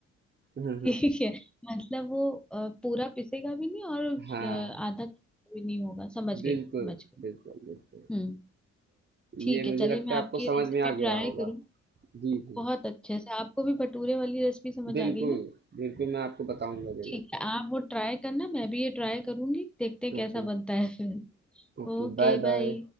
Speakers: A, on the right (about 35°); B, in the centre.
A: दीजिए
B: ठीक है मतलब वो अ, पूरा पिसेगा भी नहीं और अ,
A: <laughs> हाँ
B: आधा भी नहीं होगा समझ गई
A: बिल्कुल
B: समझ गई
A: बिल्कुल बिल्कुल
B: हम्म ठीक
A: ये
B: है
A: मुझे
B: चलिए
A: लगता
B: मैं आपकी
A: है आपको समझ
B: रेसिपी
A: में आ गया
B: ट्राई
A: होगा
B: करूँ
A: जी जी
B: बहुत अच्छे से आपको भी भटूरे वाली रेसिपी समझ
A: बिल्कुल
B: आ गई ना
A: बिल्कुल मैं आपको बताऊंगा जरूर
B: ठीक है आप वो ट्राई करना मैं भी ये ट्राई करूंगी देखते हैं कैसा
A: ओके
B: बनता है फिर
A: Okay
B: Okay
A: bye bye
B: bye